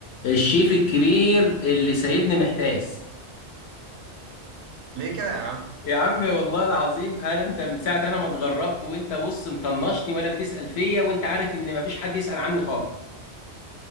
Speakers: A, on the left; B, on the right.
A: الشيف الكبير اللي سايبني محتاس
B: ليه كده يا عم
A: يا عم والله العظيم انا انت من ساعه انا ما اتغربت وانت بص مطنشني ولا بتسال فيا وانت عارف ان مفيش حد يسال عني خالص